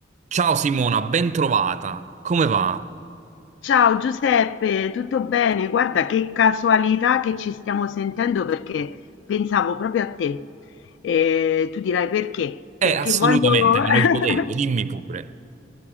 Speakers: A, on the right; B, on the left.
A: Ciao Simona, ben trovata. Come va?
B: Ciao Giuseppe, tutto bene? Guarda che casualità che ci stiamo sentendo perché pensavo proprio a te. E tu dirai perché? Perché
A: Eh, assolutamente,
B: voglio...
A: me
B: <laughs>
A: lo chiedevo, dimmi pure.